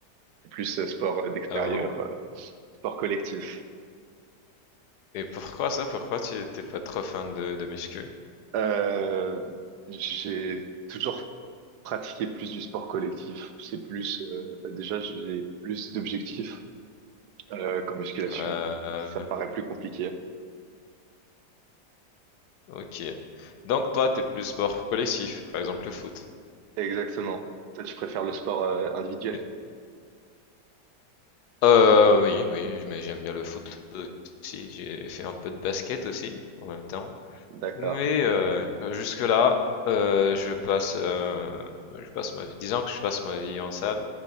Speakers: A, on the right; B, on the left.
A: Je suis Plus euh, sport euh, d'extérieur,
B: avant.
A: euh, sport collectif.
B: Et pourquoi ça? Pourquoi tu t'es pas trop fan de, de muscu?
A: Euh, j'ai toujours pratiqué plus du sport collectif. C'est plus, euh, bah déjà, j'ai plus d'objectifs euh, qu'en musculation.
B: Euh,
A: Ça me paraît plus compliqué.
B: Ok. Donc toi, t'es plus sport collectif, par exemple le foot.
A: Exactement. Toi, tu préfères le sport euh, individuel?
B: Oui. Euh, oui, oui, mais j'aime bien le foot aussi. J'ai fait un peu de basket aussi en même temps.
A: D'accord,
B: Mais euh, jusque-là, euh, je passe, euh, je passe ma vie. Disons que je passe ma vie en salle.